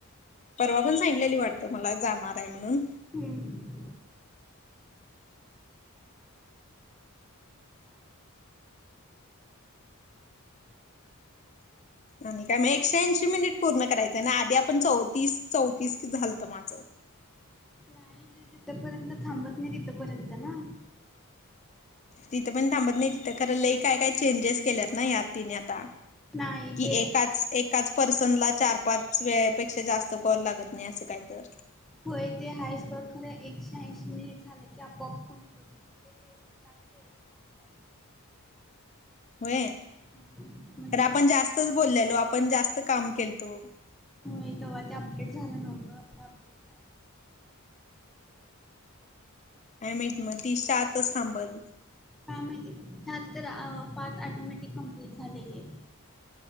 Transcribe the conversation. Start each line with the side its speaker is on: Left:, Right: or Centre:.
Left: परवा पण सांगितलेली वाटतं मला जाणार आहे म्हणून
Centre: हम्म
Left: आणि काय मग एकशे ऐंशी मिनिट पूर्ण करायचंय आणि आधी आपण चौतीस चौतीस झालत माझं
Centre: का जे जिथपर्यंत थांबत नाही तिथपर्यंत ना
Left: तिथं पण थांबत नाही तिथं खरं लई काय काय चेंजेस केल्यात ना यात तिने आता
Centre: नाही
Left: की
Centre: ते
Left: एकाच एक काच पर्सनला चार पाच वेळेपेक्षा जास्त कॉल लागत नाही असं काही तर
Centre: होय ते हायसोड खरं एकशे ऐंशी मिनिट झाले की आपआप फोन कर टास्क यायच थांबतात
Left: हो
Centre: म्हणजे
Left: तर आपण
Centre: जे
Left: जास्तच बोललेलो आपण जास्त काम केलतो
Centre: हो य तेव्हा ते अपडेट झालं नव्हतं आ अपडेट झाले
Left: काय माहीत मग तीस आातच थांबल
Centre: हा माहिती ह्यात तर पाच ऑटोमॅटिक कमप्लीट झालेले आहेत